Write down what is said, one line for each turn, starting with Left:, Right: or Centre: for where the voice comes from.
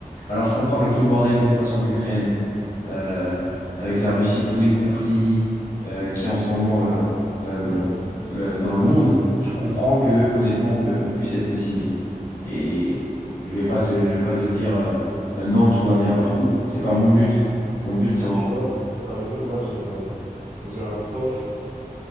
Left: Alors je comprends avec tout le bordel qui se passe en Ukraine, euh, avec la Russie, tous les conflits euh, qu'il y a en ce moment euh, euh,
Right: Ouais.
Left: euh, dans le monde, je comprends que honnêtement on peut, on puisse être pessimiste. Et je vais pas te, je vais pas te dire euh, euh, non, tout va bien partout. C'est pas mon but. Mon but c'est en...
Right: Et tu vois, par exemple, moi j'ai un, j'ai un prof